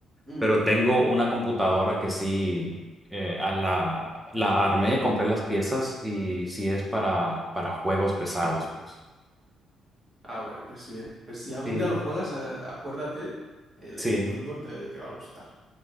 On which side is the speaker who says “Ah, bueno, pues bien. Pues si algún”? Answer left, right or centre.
Right